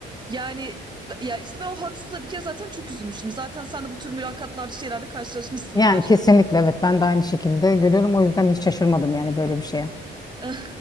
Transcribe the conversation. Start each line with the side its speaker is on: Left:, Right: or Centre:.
Right: Yani ya işte ben o haksızla bir kere zaten çok üzülmüştüm. Zaten sen de bu tür mülakatlarda şeylerle karşılaşmışsındır.
Left: Yani kesinlikle evet ben de aynı şekilde görüyorum. O yüzden hiç şaşırmadım yani böyle bir şeye.
Right: <laughs>